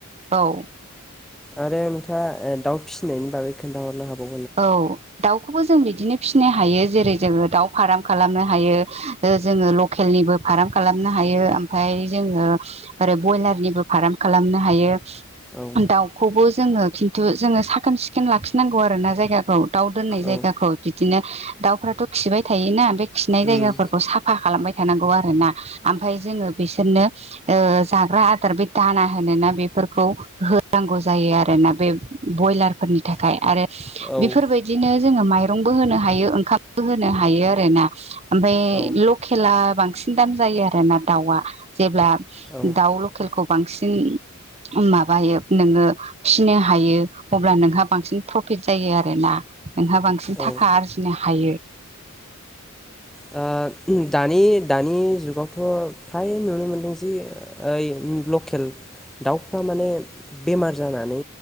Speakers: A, on the right (about 30°); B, in the centre.
A: औ
B: आरो नोंथाङा दाउ फिसिनायनि बागै खोन्थाहरनो हाबाव
A: औ दाउखौबो जों बिदिनो फिसिनो हायो जेरै जोङो दाउ फार्म खालामनो हायो जोङो लकेलनिबो फार्म खालामनो हायो ओमफ्राय जोङो ओै बयलारनिबो फार्म खालाम खालामनो हायो
B: औ
A: दाउखौबो जोङो खिन्थु जोङो साखोन सिखोन लाखिनांगौ। आरोना जायगाखौ दाव दोननाय जायगाखौ
B: औ
A: बिदिनो दावफोराथ' खिबाय थायोना बे खिनाय जायगाफोरखौ
B: उम
A: साफा खालामबाय थानांगौ आरोना आमफ्राय जोङो बिसोरनो जाग्रा ओ आदार बे दाना मानोना बेफोरखौ होनांगौ जायो आरोना बे बयलारफोरनि थाखाय आरो
B: औ
A: बेफोरबायदिनो जोङो माइरंबो होनो हायो ओंखामबो होनो हायो आरोना। ओमफाय
B: औ
A: लकेला बांसिन दाम जायो आरोना दाउआ जेब्ला
B: औ
A: दाउ लकेलखौ बांसिन माबायो नोङो फिनो हायो अब्ला नोंहा बांसिन प्रफिट जायो आरो। आरोना नोंहा बांसिन
B: औ
A: थाखा आरजिनो हायो।
B: दा दानि दानि जुगावथ' फ्राय नुनो मोनदों जि ओइ लकेल दाउफ्रा माने बेमार जानानै